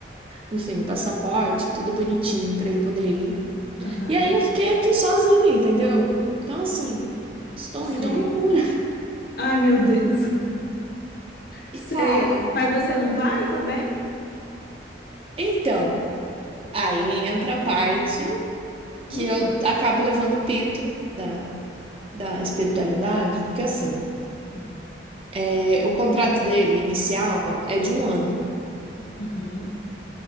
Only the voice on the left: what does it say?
Aham,
sei.
Ai, meu Deus. Sei.
Mas você não vai também?
Hum,
hum,
uhum,